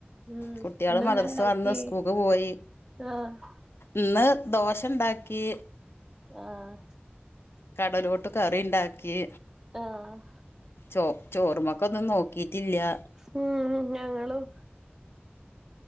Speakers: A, on the right; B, on the left.
A: ഉം
B: കുട്ട്യാള്
A: ഇന്നെന്താ
B: മദർസ്
A: ഇണ്ടാക്കി
B: വന്നു സ്കൂക്ക് പോയി
A: ആഹ് ആ
B: ഇന്ന് ദോശണ്ടാക്കി
A: ആഹ്
B: കടലോട്ട് കറിണ്ടാക്കി
A: ആഹ്
B: ചോ ചോറ്മ്മക്കൊന്നും നോക്കിട്ടില്ല്യ
A: ഉം ഉം ഞങ്ങളും